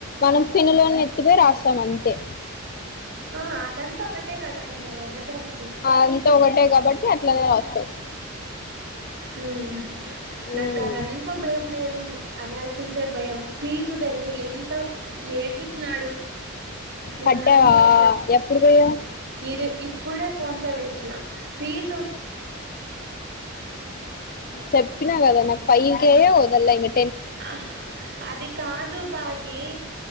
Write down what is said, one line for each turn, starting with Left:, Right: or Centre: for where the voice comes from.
Left: మనం ఫినులోని ఎత్తిమే రాస్తాం అంతే
Right: ఆ అదంతా ఒగటే గదా ఇంకా ఒగటే వస్త
Left: అంతా ఒకటే కాబట్టి అట్లనే రాస్తాం
Right: హ్మ్. నాకు
Left: ఉమ్.
Right: అదంత భయం లేదు అనాలసిసే భయం ఫీజు తెలిసు ఎంత ఏేడిపచ్చినాడు నిన్న
Left: కట్టావా ఎప్పుడు పోయావు
Right: ఇది ఇప్పుడే ఫోన్పే వేసిన ఫీస్
Left: చెప్పినా కదా నాకు ఫైవ్ కేయ వదల ఇ
Right: ఆ అది కాదు బగి